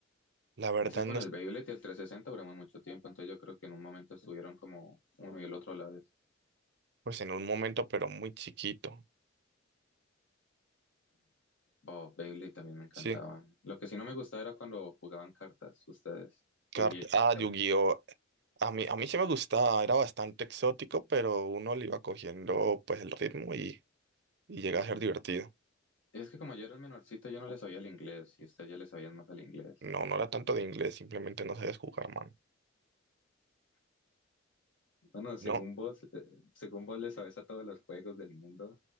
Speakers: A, on the right (about 55°); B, on the left (about 70°).
A: la verdad
B: Es que con
A: no,
B: el
A: es-
B: Beyblade y el 360 duramos mucho tiempo, entonces yo creo que en un momento estuvieron como uno y el otro a la vez.
A: pues en un momento, pero muy chiquito.
B: Oh, Beyblade también me encantaba.
A: Sí,
B: Lo que sí no me gustaba era cuando jugaban cartas ustedes,
A: Cart-
B: Yu-Gi-Oh.
A: ah, Yu-Gi-Oh! A mí, a mí sí me gustaba, era bastante exótico, pero uno le iba cogiendo pues el ritmo y, y llega a ser divertido.
B: Es que como yo era el menorcito, yo no le sabía el inglés y ustedes ya le sabían más el inglés.
A: No, no era tanto de inglés, simplemente no sabías jugar, mano.
B: Bueno, según
A: No,
B: vos, eh, según vos le sabes a todos los juegos del mundo,